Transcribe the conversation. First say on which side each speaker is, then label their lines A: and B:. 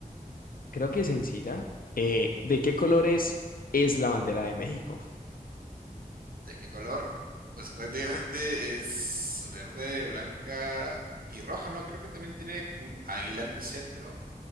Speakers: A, on the left (about 70°); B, on the right (about 75°).
A: creo que sencilla. Eh, ¿de qué colores es la bandera de México?
B: ¿de qué color? Pues prácticamente es verde, blanca y roja, ¿no? Creo que también tiene como un águila en el centro,